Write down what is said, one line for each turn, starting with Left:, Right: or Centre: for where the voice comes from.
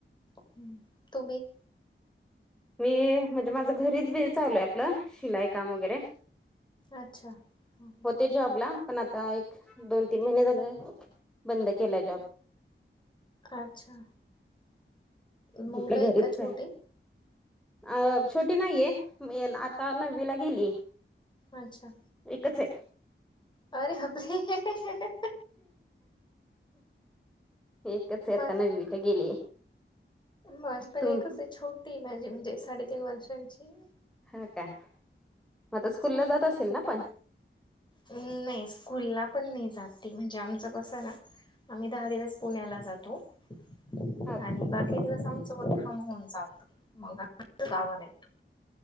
Left: ह् तुम्ही?
Centre: मी म्हणजे माझं घरीच बी चालूय आपलं शिलाई काम वगैरे.
Left: अच्छा ह ह.
Centre: ते जॉबला पण आता एक दोन तीन महिने झाले बंद केलाय जॉब.
Left: अच्छा मुलं
Centre: ल्या घरीच
Left: आहेत का छोटी?
Centre: चाल अ छोटी नाहीये आता नववीला गेली.
Left: अच्छा
Centre: एकच आहे.
Left: अरे बापरे!
Centre: एकच आहे
Left: म
Centre: आता नवीं ला गेली.
Left: माझी पण
Centre: तुम
Left: एकच आहे. छोटी माझी म्हणजे साडेतीन वर्षांची.
Centre: हा का? म आता स्कूलला जात असेल ना पण?
Left: नाही स्कूलला पण नाही जात ती म्हणजे आमचं कसं ना आम्ही दहा दिवस पुण्याला जातो. आणि
Centre: हा
Left: बाकी दिवस आमचं वर्क फ्रॉम होम चालतं मग आम्ही गावाला येतो.